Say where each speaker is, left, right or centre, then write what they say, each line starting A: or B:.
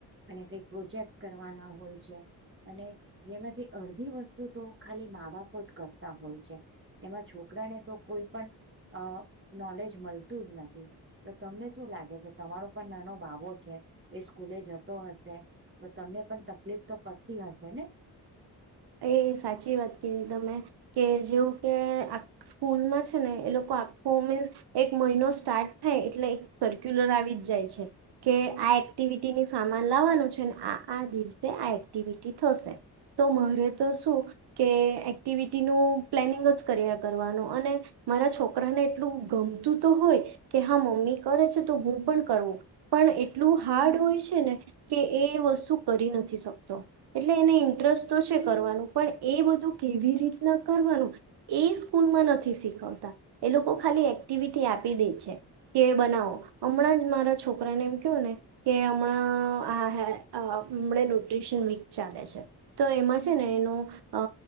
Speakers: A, on the right (about 30°); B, on the right (about 75°).
A: અને કઈક પ્રોજેક્ટ કરવાના હોય છે. અને એમાંથી અડધી વસ્તુ તો ખાલી માં-બાપ આવુ જ કરતા હોય છે, એમાં છોકરાને તો કોઈ પણ અ નોલેજ મલતું જ નથી. તો તમને શું લાગે છે, તમારો પણ નાનો બાબો છે. એ સ્કૂલે જતો હશે? તો તમને પણ તકલીફ તો પડતી હશે ને?
B: એ સાચી વાત કીધી તમે કે જેવું કે? સ્કૂલમાં છે ને એ લોકો <unintelligible> એક મહિનો સ્ટાર્ટ થાય એટલે એક સર્ક્યુલર આવી જ જાય છે. કે આ એક્ટિવિટીની સામાન લાવવાનું છે ને આ આ દિવસે આ એક્ટિવિટી થશે. તો મારે તો શું કે એક્ટિવિટીનું પ્લેનિંગ જ કર્યા કરવાનું અને મારા છોકરાને એટલું ગમતું તો હોય કે હા મમ્મી કરે છે તો હું પણ કરુ. પણ એટલું હાર્ડ હોય છે ને કે એ વસ્તુ કરી નથી શકતો. એટલે એને ઇન્ટરેસ્ટ તો છે કરવાનું પણ એ બધું કેવી રીતના કરવાનું એ સ્કૂલમાં નથી શીખવતા એ લોકો ખાલી એક્ટિવિટી આપી દે છે. કે બનાવો હમણાં જ મારા છોકરાને એમ કેવ ને... કે હમણાં આ હે હમણા ન્યુટ્રીશન વીક ચાલે છે તો એમાં... છે ને એનું... અ